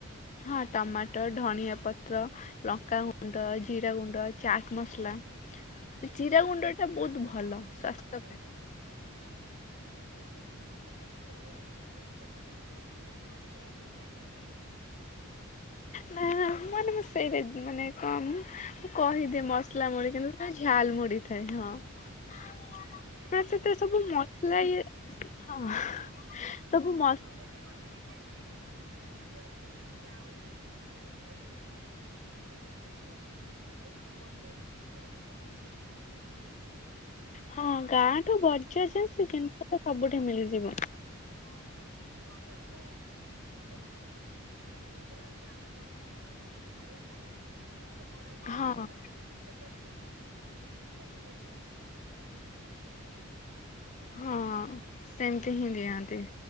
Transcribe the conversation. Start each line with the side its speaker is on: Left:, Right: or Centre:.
Left: ହଁ ଟମାଟୋ ଧନିଆ ପତ୍ର ଲଙ୍କାଗୁଣ୍ଡ ଜିରା ଗୁଣ୍ଡ ଚାଟ ମସଲା
Right: ହଁ
Left: ଜିରା ଗୁଣ୍ଡ ଟା ବହୁତ
Right: ତମେ ଯୋଉ
Left: ଭଲ
Right: ମସଲା
Left: ସ୍ୱାସ୍ଥ୍ୟ
Right: ମୁଢି
Left: ପାଇଁ।
Right: କହିଲ ନା ମୁଁ ଭାବିଲି ମାନେ ଯୋଉ କଣ କହିଲା ପିଆଜ ରସୁଣ ଦେଇକି ତାକୁ ଯୋଉ କଷିକି ମସଲା ଯୋଉ ଦେଇଥାଉ ମାନେ
Left: ନା ମାନେ ମୁଁ ସେଇଟା ମାନେ କଣ ମୁଁ କହିଦିଏ
Right: ଝାଲମୁଢି
Left: ମସଲା ମୁଡି କିନ୍ତୁ ଝାଲ ମୁଡି
Right: ହଁ
Left: ହେଇଥାଏ ହଁ
Right: ଖାଇଛି
Left: ସେଥିରେ
Right: ସେଟା
Left: ସବୁ ମସଲା
Right: ମାନେ
Left: ଇଏ ହଁ
Right: ହୁଁ
Left: ତ
Right: ଘରେ ବି ବନେଇକି ଖାଇଛି ମାନେ ଯୁଆଡେ ବି ଯାଉ କିଛି ବୁଲିବା ପାଇଁ ହେଲା ସନ୍ଧ୍ୟା ଟାଇମରେ ଦେଖିବା ବଜାର ମାନଙ୍କରେ ବି ସେ ଜିନିଷ ମିଳେ <inaudible>
Left: ହଁ ଗାଁଠୁ ବର୍ଜ
Right: ମାନେ ହଁ
Left: ଯେ ସେ ଜିନିଷ ତ ସବୁଠି ମିଳିଯିବ।
Right: ହଁ ଯୋଉ କଣ କହିଲ? କେମିତି କହିଲ ଯେମତି ସିଙ୍ଗଡା ଟା ଆମେ ବନାନ୍ତିନି ଖାଇବା ପାଇଁ ଯୋଉ ପୁରା ମୋଡା କି ଚାରି
Left: ହଁ
Right: କଡ ଟା ବି ସେମିତି ସେମତି ମୋଡିକି ତା ଭିତରେ ଦିଅନ୍ତି।
Left: ହଁ ସେମିତି ହିଁ ଦିଅନ୍ତି।